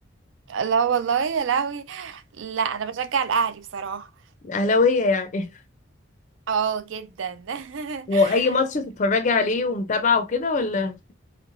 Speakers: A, on the right; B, on the left.
A: لا والله يا لهوي لا أنا بشجع الأهلي بصراحة
B: اهلاويه يعني
A: اه جدا
B: واي
A: <laughs>
B: ماتش بتتفرجي عليه ومتابعه وكده ولا